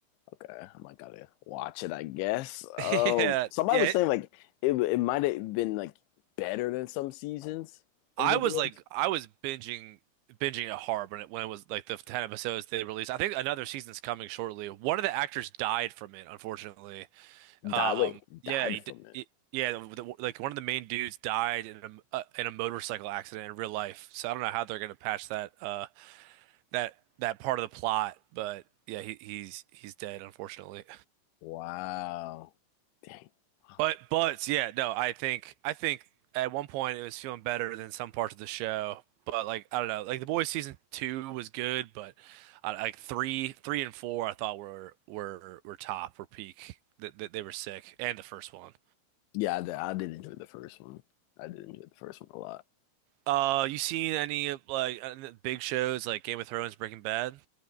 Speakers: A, on the left (about 80°); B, on the right (about 75°).
A: okay, I might gotta watch it, I guess.
B: <laughs>
A: Um,
B: Yeah,
A: somebody
B: yeah.
A: was saying like it it might have been like better than some seasons
B: I
A: of The
B: was
A: Boys.
B: like, I was binging binging it hard when it when it was like the ten episodes they released. I think another season's coming shortly. One of the actors died from it, unfortunately.
A: Die
B: Um,
A: wait, Yeah.
B: yeah,
A: died
B: he,
A: Yeah. from
B: d-
A: it.
B: he- yeah, the, the- like one of the main dudes died in a uh, in a motorcycle accident in real life. So I don't know how they're gonna patch that uh that that part of the plot, but yeah, he, he's he's dead unfortunately.
A: Wow. Dang. Wow.
B: But but yeah, no, I think I think at one point it was feeling better than some parts of the show, but like I don't know, like the boys season two was good, but I, like three three and four I thought were were were top were peak. That they, they were sick, and the first one.
A: Yeah, I did, I did enjoy the first one. I did enjoy the first one a lot.
B: Uh, you seen any of like uh, big shows like Game of Thrones, Breaking Bad?